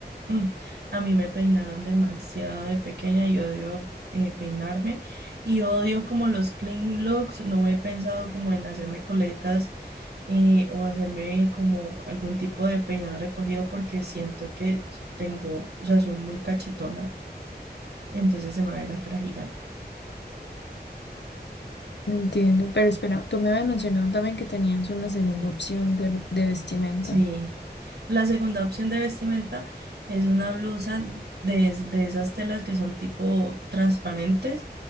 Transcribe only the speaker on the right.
Mm, A mí me peinaron demasiado de pequeña y odio eh, peinarme y odio como los clean looks. No he pensado como en hacerme coletas eh, o hacerme como algún tipo de peinado recogido porque siento que tengo, o sea, soy muy cachetona y entonces se me ve la cara gigante.
Sí, la segunda opción de vestimenta es una blusa de, es- de esas telas que son tipo transparentes,